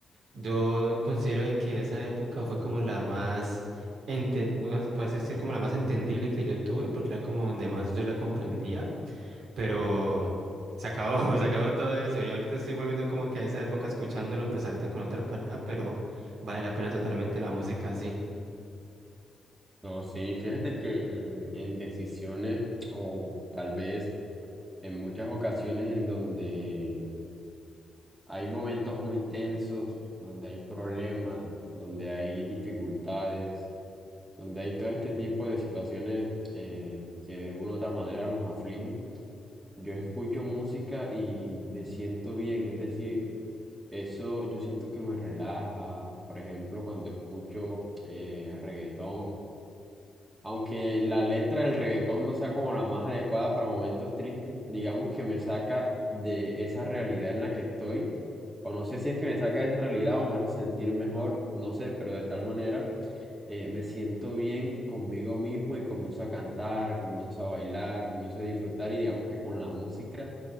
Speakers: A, on the right; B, on the right.
A: Yo considero de que esa época fue como la más, ente- bueno, puede decir como la más entendible que yo tuve, porque era como donde más yo la comprendía, pero se acabó, <laughs> se acabó todo eso. Y ahorita estoy volviendo como que a esa época escuchándolo, pues ahorita con otra pareja, pero vale la pena totalmente la música así.
B: no, sí, fíjate que eh, en decisiones o tal vez en muchas ocasiones en donde Hay momentos muy tensos, donde hay problemas, donde hay dificultades, donde hay todo este tipo de situaciones eh, que de una u otra manera nos afligen. Yo escucho música y me siento bien, es decir, eso yo siento que me relaja. Por ejemplo, cuando escucho eh, reggaetón. Aunque la letra del reggaetón no sea como la más adecuada para momentos tristes, digamos que me saca de esa realidad en la que estoy. O no sé si es que me saca de esa realidad o me hace sentir mejor, no sé, pero de tal manera eh, me siento bien conmigo mismo y comienzo a cantar, comienzo a bailar, comienzo a disfrutar y digamos que con la música